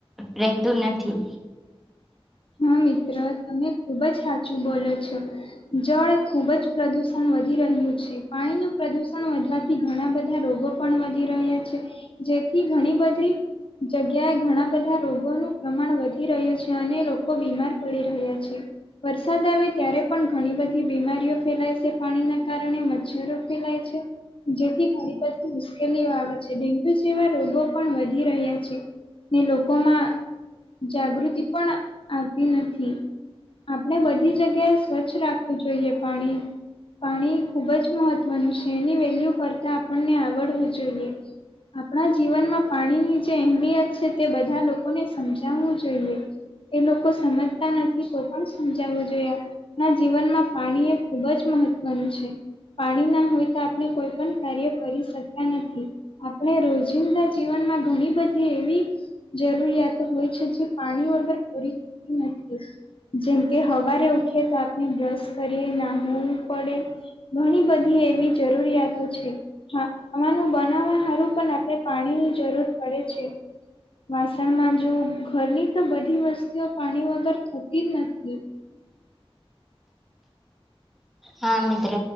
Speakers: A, in the centre; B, on the left.
A: રહેતું નથી.
B: હા, મિત્ર તમે ખુબ જ સાચું બોલો છો. જળ ખુબ જ પ્રદુષણ વધી રહ્યું છે, પાણીનું પ્રદુષણ વધવા ઘણા બધા રોગો પણ વધી રહ્યા છે, જેથી ઘણી બધી જગ્યાએ ઘણા બધા રોગોનું પ્રમાણ વધી રહ્યું છે. અને લોકો બીમાર પડી રહ્યા છે, વરસાદ આવે ત્યારે પણ ઘણી બધી બીમારીઓ ફેલાય છે પાણીના કારણે, મચ્છરો ફેલાય છે. જેથી ઘણી બધી મુશ્કેલીઓ આવે છે, ડેન્ગ્યુ જેવા રોગો પણ વધી રહ્યા છે. ને લોકોમાં જાગૃતિ પણ આવતી નથી. આપણે બધી જગ્યાએ સ્વચ્છ રાખવું જોઈએ, પાણી પાણી ખુબ જ મહત્વનું છે, એની વેલ્યુ કરતા આપણને આવડવું જોઈએ. આપણા જીવનમાં પાણીની જે અહેમિયત છે, તે બધા લોકોને સમજાવવું જોઈએ. એ લોકો સમજતા નથી, તો પણ સમજાવવું જોઈએ, આપ ના જીવનમાં પાણી એ ખૂબ જ મહત્વનું છે. પાણી ના હોય તો આપણે કોઈ પણ કાર્ય કરી શકતા નથી. આપણે રોજિંદા જીવનમાં ઘણી બધી એવી જરૂરિયાતો હોય છે, જે પાણી વગર પૂરી થતી નથી. જેમ કે, હવારે ઉઠીએ તો આપણે બ્રશ કરીએ, નાહવું પડે. ઘણી બધી એવી જરૂરિયાતો છે. હા, ખાવાનું બનાવવા હારું પણ આપણે પાણીની જરૂર પડે છે. વાસણમાં જો ઘરની તો બધી વસ્તુઓ પાણી વગર થતી જ નથી.
A: હા મિત્ર